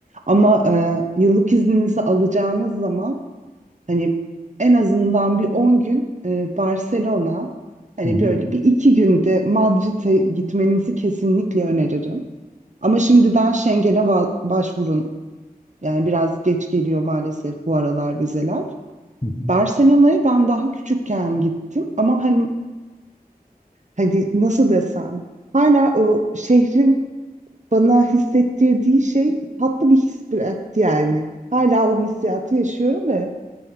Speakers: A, on the right; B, on the left.
A: Ama e, yıllık izninizi alacağınız zaman hani en azından bir 10 gün e, Barcelona, hani
B: hı,
A: böyle bir iki günde Madrid'e gitmenizi kesinlikle öneririm. Ama şimdiden Schengen'e va- başvurun. Yani biraz geç geliyor maalesef bu aralar vizeler.
B: hı hı,
A: Barcelona'ya ben daha küçükken gittim ama hani hani nasıl desem hala o şehrin bana hissettirdiği şey tatlı bir his bıraktı yani. Hala o hissiyatı yaşıyorum ve